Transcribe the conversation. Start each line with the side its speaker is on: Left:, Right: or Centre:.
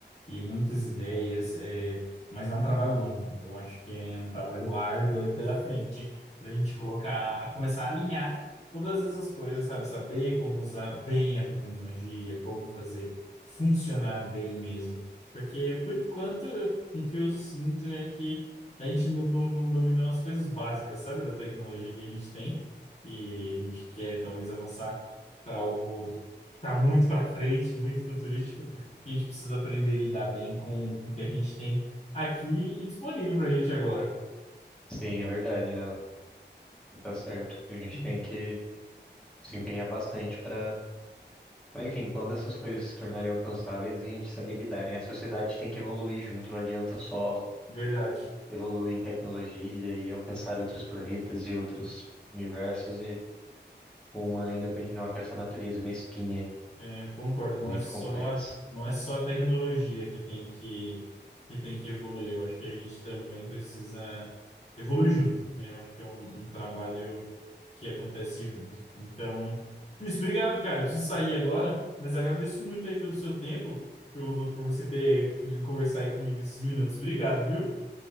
Left: e muitas ideias, é, mas é um trabalho longo. Eu acho que é um trabalho árduo aí pela frente para a gente colocar, a começar a alinhar todas essas coisas, sabe? Saber como usar bem a tecnologia, como fazer funcionar bem mesmo. Porque, por enquanto, o que eu sinto é que a gente não, não, não dominou as coisas básicas, sabe, da tecnologia que a gente tem e a gente quer talvez avançar para algo que está muito para frente, muito futurístico, a gente precisa aprender a lidar bem com, com o que a gente tem aqui e disponível para a gente agora.
Centre: Sim, é verdade, Léo. Você tá certo. A gente
Left: Hum,
Centre: tem que se empenhar bastante para, para, enfim, quando essas coisas se tornarem alcançáveis, a gente saber lidar, né? A sociedade tem que evoluir junto, não adianta só
Left: Verdade.
Centre: evoluir em tecnologia e alcançar outros planetas e outros universos e o humano ainda continuar com essa natureza mesquinha,
Left: É, concordo, não
Centre: muito
Left: é só
Centre: complexa.
Left: não é só a tecnologia que tem que que tem que evoluir. Eu acho que a gente também precisa evoluir junto, né? Eu acho que é um, um trabalho que acontece junto. Então, Luiz, obrigado, cara. Eu preciso sair agora, mas agradeço muito aí pelo seu tempo, pelo, por você ter podido conversar aí comigo esses minutos. Obrigado, viu?